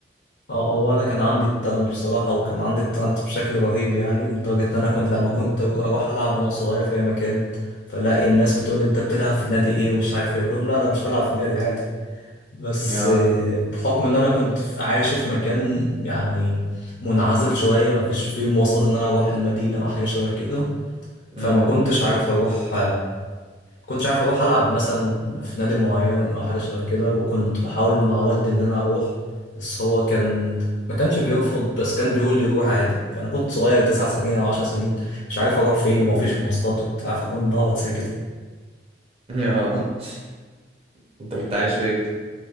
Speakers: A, on the left; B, on the right.
A: اه هو انا كان عندي التالنت بصراحه وكان عندي التالنت بشكل رهيب يعني لدرجه ان انا كنت لما كنت اروح العب انا صغير في اي مكان فلاقي الناس بتقول لي انت بتلعب في نادي ايه ومش عارف ايه اقول لهم لا انا مش بلعب في نادي عادي بس
B: يا
A: آه، بحكم ان انا كنت في- عايش في مكان يعني منعزل شويه ما فيش فيه مواصلات ان انا اروح المدينه او حاجه شبه كده
B: مم.
A: فما كنتش عارف اروح كنتش عارف اروح العب مثلا في نادي معين او حاجه شبه كده وكنت بحاول مع والدي ان انا اروح بس هو كان ما كانش بيرفض بس كان بيقول لي روح عادي فانا كنت صغير تسع سنين او عشر سنين مش عارف اروح فين ومفيش مواصلات وبتاع فكنت بقعد ساكت
B: يا <laughs> انت كنت عايش فين؟